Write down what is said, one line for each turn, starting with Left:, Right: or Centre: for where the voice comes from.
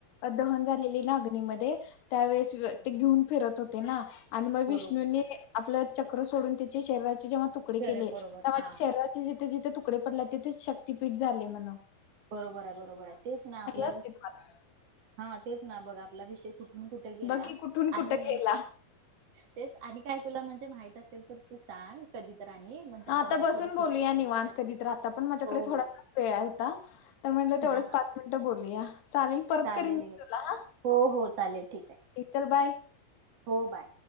Left: दहन झालेली ना अग्नीमध्येध्ये त्यावेेळेस ते घेऊन फिरत होते ना आणि मग
Right: बरोबर
Left: विष्णूनी आपलं चक्र सोडून त्याचे शरीराचे जेव्हा तुकडे
Right: शरीर
Left: केले
Right: बरोबर
Left: तेव्हाझ
Right: हा
Left: शरी जिथे जिथे तुकडे पडले तिथे शक्तीपीठ झाले म्हणा
Right: बरोबर आहे बरोबर आहे तेच ना आपला
Left: अस्तित्वात
Right: हा तेच ना बघ आपला विषय कुठ ून कुठे गेला
Left: बघ की कुठून कुठे
Right: आणि
Left: गेला
Right: तेच आणि काय तुला म्हणजे माहित असेल तर तू सांग कधी तर आणि म्हणजे
Left: आता
Right: मला
Left: बसून
Right: थोडस
Left: बोलूया
Right: जायचं
Left: निवांध
Right: आहे ग बाहेर
Left: कधी राहता पण माझ्याकडे
Right: हो
Left: थोडा
Right: हो
Left: वेळा हो म्हणलं तेवढंच
Right: हा हा
Left: पाच मिनिटं बोलया चालेल परत
Right: चालेल
Left: करीन मी
Right: घे.
Left: तुला हा
Right: हो हो चालेल ठीक आहे
Left: इतर बाय
Right: हो बाय